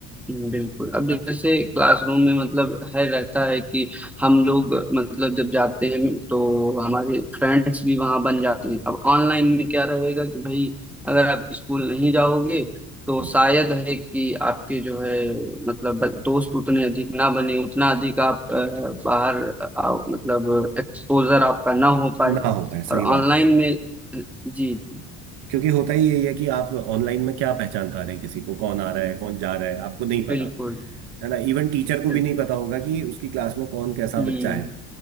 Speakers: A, in the centre; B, on the right (about 65°).
A: हम्म, बिल्कुल अब
B: अब
A: जैसे क्लासरूम में मतलब है रहता है कि हम लोग मतलब जब जाते हैं तो हमारे फ्रेंड्स भी वहां बन जाते हैं अब ऑनलाइन में क्या रहेगा कि भाई अगर आप स्कूल नहीं जाओगे तो
B: हम्म,
A: शायद है कि आपके जो है मतलब दोस्त उतने अधिक ना बने उतना अधिक आप अ, बाहर आओ मतलब एक्सपोजर आपका ना हो पाए
B: ना हो पाए
A: और
B: सही
A: ऑनलाइन
B: बात है
A: में जी जी,
B: क्योंकि होता ही यही है कि आप ऑनलाइन में क्या पहचान पा रहे हैं किसी को कौन आ रहा है कौन जा रहा है आपको नहीं पता
A: बिल्कुल
B: है ना इवन टीचर को भी
A: बिल्कुल
B: नहीं पता होगा कि उसकी क्लास में कौन कैसा
A: हम्म
B: बच्चा है